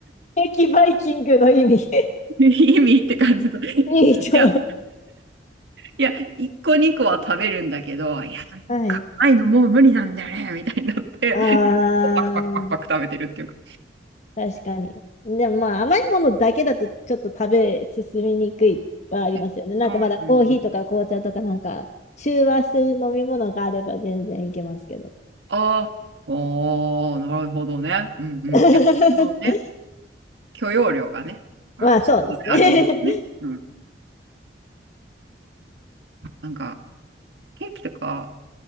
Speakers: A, on the left (about 45°); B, on the right (about 75°).
A: 激バイキングの意味
B: <laughs> 意味って感じの。<laughs> い
A: いい <laughs> と。
B: や、いや、一個二個は食べるんだけど、いや、なんか甘いのもう無理なんだよね、
A: はい。
B: みたいになって、
A: ああ、
B: こうパクパクパクパク食べてるっていうか。
A: 確かに。でもまあ甘いものだけだとちょっと食べ進みにくいはありますよね。
B: えそうなんです。
A: なんかまだコーヒーとか紅茶とかなんか中和する飲み物があれば全然いけますけど。
B: ああ、ああ、なるほどね。うんうん。
A: <laughs>
B: やっぱそうね、許容量がね、まあ、
A: まあそうですね
B: ちょっとあるんですね。うん。なんか、ケーキとか、